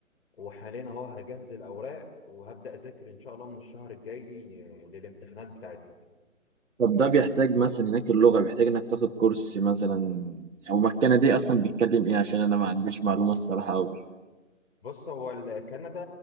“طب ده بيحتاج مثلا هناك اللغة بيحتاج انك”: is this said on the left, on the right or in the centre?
Right